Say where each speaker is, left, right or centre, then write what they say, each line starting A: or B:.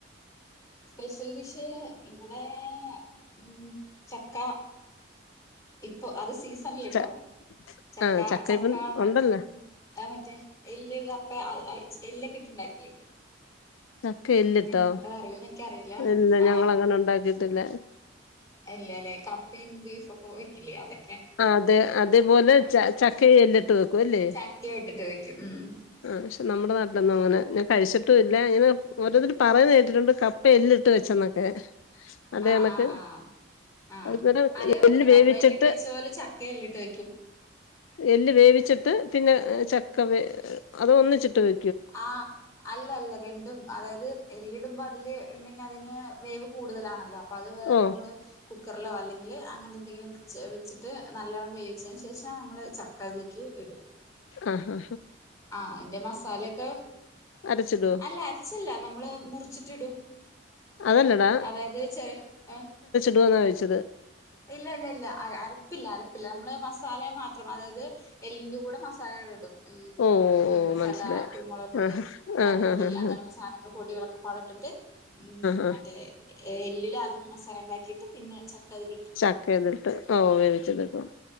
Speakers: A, on the left; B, on the left.
A: സ്പെഷ്യൽ ഡിഷ് ഇവിടെ ഉം ചക്ക ഇ പ്പൊ അത് സീസണിലിട്ടോ
B: ച
A: ചക്ക
B: ആഹ്
A: ചക്ക
B: ഇപ്പം ഉണ്ടല്ലോ
A: ഉം ആ മറ്റേ എയ് അപ്പ ഐ ഐ എല്ലക്കിട്ട്ണ്ടായി ല്ലേ
B: ചക്ക ഇല്ലട്ടോ
A: എങ്ങനെ നിങ്ങക്കത് അറിയോന്ന് എനിക്കറിയില്ല
B: ഇല്ല
A: ആ
B: ഞങ്ങളങ്ങനെ ഉണ്ടാക്കിയിട്ടില്ല
A: എല്ലലേ കപ്പേം ബീഫോക്കെ വെക്കില്ലേ അതെ
B: ആ അതെ അതേപോലെ ച ചക്കെ എല്ലിട്ട് വെക്കുവല്ലേ
A: ചക്ക ഇട്ടിട്ട് വെക്കും ഉം
B: ആ ഷെ നമ്മടെ നാട്ടിലൊന്നും അങ്ങനെ ഞാൻ കഴിച്ചി ട്ടുല്ല ഇങ്ങനെ ഓരോരുത്തർ പറയുന്ന കേട്ടിട്ടുണ്ട് കപ്പേ എല്ലിട്ട് വെച്ചെന്നൊക്കെ അതേകണക്ക്
A: ആഹ് ആഹ് ആഹ് ആഹ്
B: അത്പ്
A: അതേപോലെ
B: എല്ല്
A: തന്നെ
B: വേവിച്ചിട്ട്
A: കപ്പ എല്ലിട്ട് വെച്ച പോലെ ചക്ക എല്ലിട്ട് വെക്കും
B: എല്ല് വേവിച്ചിട്ട് പിന്നെ ചക്കവേ അതോ ഒന്നിച്ചിട്ട് വെ
A: ആ അല്ലല്ല രണ്ടും അതായത് എല്ലിടുമ്പോ അതില് ഇണ്ടെങ്കി അതിന് വേവ് കൂടുതലാണല്ലോ അപ്പത് വേറെ
B: ഓഹ്
A: നമ്മള് കു ക്കർലോ അല്ലെങ്കില് അങ്ങനെ എന്തെങ്കിലും വെച്ചിട്ട് നല്ലവണ്ണം വേവിച്ചതിന് ശേഷ നമ്മള് ചക്കതിലേക്ക് ഇടും
B: ഹ ഹാ
A: ആ അയ്ന്റെ മസാലെക്കെ
B: അരച്ചിടുവോ
A: അല്ല അരച്ചല്ല നമ്മള് മുറിച്ചിട്ടിടും
B: അതല്ലടാ
A: അതായത് ചെറി ഏ
B: ടുവോന്നോയിച്ചത്
A: ഇല്ലല്ലല്ല അ അരപ്പില്ല അരപ്പില്ല നമ്മള് മസാലെ മാത്രം അതായത് എല്ലിന്റെ കൂടെ മസാലകള്ടും ഈ
B: ഓ
A: മീറ്റ്
B: ഓ
A: മസാല
B: മനസ്സിലായി
A: കുരുമുളക്
B: ആഹ്
A: അ
B: ആഹ്
A: പൊടി
B: ആഹ്
A: അങ്ങനെയുള്ള സാധനങ്ങൾ പൊടികളൊക്കെപാടെ ത്തെട്ട് ഉം
B: ആഹ്
A: മറ്റേ ഏല്ലിലാദ്യം മസാലണ്ടാക്കിട്ട് പിന്നെ ചക്കതില്
B: ചക്കതിലിട്ട് ഓ വേവിച്ചടുക്കും